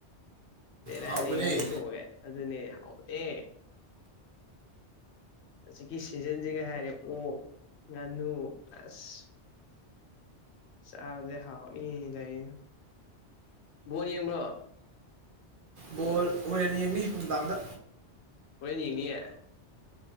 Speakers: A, on the left; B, on the right.
A: ꯕꯦꯔꯥꯅꯤꯍꯦ
B: ꯍꯥꯎꯕꯅꯦ
A: ꯉꯥꯅꯨ ꯊꯣꯡꯕ ꯀꯥꯏꯅꯥ꯫ ꯑꯗꯨꯅꯦ ꯍꯥꯎꯅꯦ ꯍꯧꯖꯤꯛꯀꯤ ꯁꯤꯖꯟꯁꯤꯒ ꯍꯥꯏꯔꯦ ꯑꯣꯛ ꯉꯥꯅꯨ ꯑꯁ꯫ ꯆꯥꯕꯗꯤ ꯍꯥꯎꯅꯤ ꯂꯩ ꯕꯣꯟ ꯌꯦꯡꯕ꯭ꯔꯣ꯫
B: ꯕꯣꯜ ꯍ ꯣꯔꯦꯟ ꯌꯦꯡꯅꯤ ꯅꯨꯡꯗꯥꯡꯗ
A: ꯍꯣꯏ ꯌꯦꯡꯅꯤꯌꯦ꯫